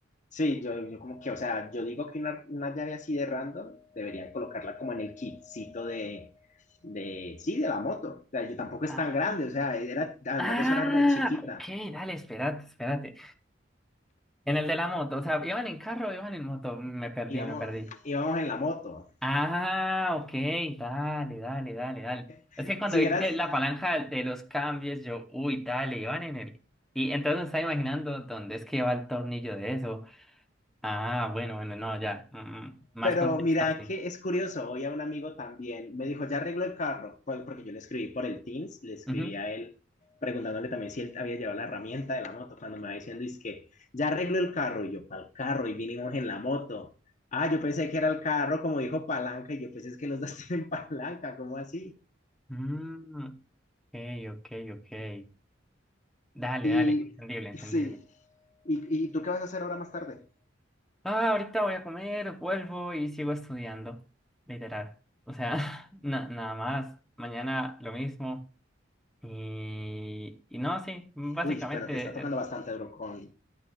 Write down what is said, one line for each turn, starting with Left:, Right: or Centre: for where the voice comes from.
Left: Sí, yo, yo como que, o sea, yo digo que una, una llave así de random deberían colocarla como en el kitcito de, de, sí, de la moto. O sea, yo tampoco
Centre: Ah,
Left: es tan grande, o sea, era, además
Centre: ah,
Left: de eso era re chiquita.
Centre: ok, dale, espérate, espérate. En el de la moto, o sea, iban en carro, o iban en moto, me perdí,
Left: Íbamos,
Centre: me perdí.
Left: íbamos en la moto.
Centre: Ah, ok, dale, dale, dale, dale.
Left: <laughs>
Centre: Es que cuando
Left: si
Centre: dijiste
Left: hubieras,
Centre: la palanca de los cambios, yo, uy, dale, iban en el... Y entonces me estaba imaginando dónde es que va el tornillo de eso. Ah, bueno, bueno, no, ya. mm, más
Left: Pero
Centre: contexto
Left: mira
Centre: así.
Left: que es curioso, hoy a un amigo también me dijo, ya arregló el carro, pues porque yo le escribí por el Teams, le escribí
Centre: Ujú.
Left: a él preguntándole también si él había llevado la herramienta de la moto, cuando me va diciendo, es que ya arregló el carro, y yo, el carro? Y vinimos en la moto. Ah, yo pensé que era el carro, como dijo palanca, y yo pensé es que los dos tienen <laughs> palanca, ¿cómo así?
Centre: Mm, ok, ok, ok. Dale,
Left: Y
Centre: dale, entendible, entendible.
Left: y sí, ¿Y, ¿y tú qué vas a hacer ahora más tarde?
Centre: Ah, ahorita voy a comer, vuelvo y sigo estudiando. Literal. O sea, <laughs> na- nada más. Mañana lo mismo. Y, y no, sí, básicamente.
Left: Uy, pero te está tocando
Centre: eh,
Left: bastante duro con,